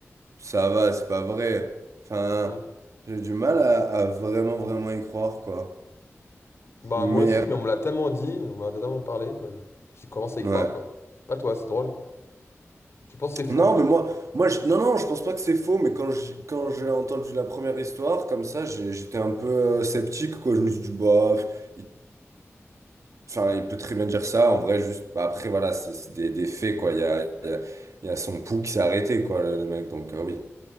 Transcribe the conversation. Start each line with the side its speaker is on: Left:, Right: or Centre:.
Right: ça va, c'est pas vrai. Enfin
Left: Hmm.
Right: j'ai du mal à, à vraiment vraiment y croire quoi.
Left: Bah
Right: Mais
Left: moi aussi,
Right: euh,
Left: mais on me l'a tellement dit, on m'a tellement parlé quoi. J'y commence à y croire
Right: ouais.
Left: quoi. Pas toi, c'est drôle. Tu penses que c'est faux?
Right: Non, mais moi, moi je- non, non, je pense pas que c'est faux, mais quand j'ai quand j'ai entendu la première histoire, comme ça, j'ai- j'étais un peu euh, sceptique, quoi. Je me suis dit, bah, pff, il, enfin, il peut très bien dire ça, en vrai, juste, bah, après, voilà, c'est c'est des, des faits, quoi. Il y a, il y a, il y a son pouls qui s'est arrêté, quoi, le, le mec, donc, euh, oui.